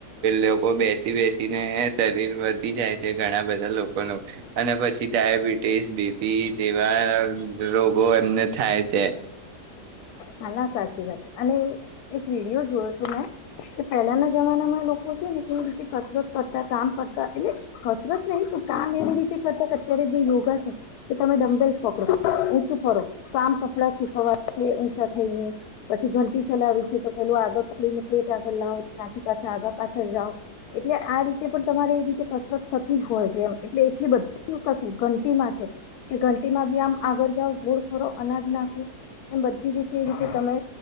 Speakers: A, on the right (about 60°); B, on the left (about 75°).
A: લોકો બેસી બેસીને શરીર વધી જાય છે ઘણા બધા લોકોનું અને પછી ડયાબિટીસ બીપી જેવા રોગો એમને થાય છે
B: નાા ના સાચી વાત છે અને એક વિડીિયો જોયો તું મેં કે પહેલાના જમાનામાં લોકો છે ને કેવી રીતે કસરત કરતા કામ કરતા એટલે કસરત નહિ તો કામ એવી રીતે કરતા કે અત્યારે જે યોગા છે તે તમે ડંબેલ પકડો ચું ફરો તો આામ કપડા સુખવા ઊંચા થઈને પછી ઘંટી ચલાવી છેું તો પેલું આગળ તોડીને પ્લેટ આગળ લાવો ત્યાંથી પાછા આગળ પાછળ જાઓ એટલે આ રીતે પણ તમારે એ રીતે કસરત થતી જ હોય છે એમ એટલે એટલી બધી કસરત ઘંટીમાં છે કે ઘંટી માં બી આમ આગળ જાાવ ઘોડ ફરો અનાજ નાખો એમ બધી રીતે એ રીતે તમે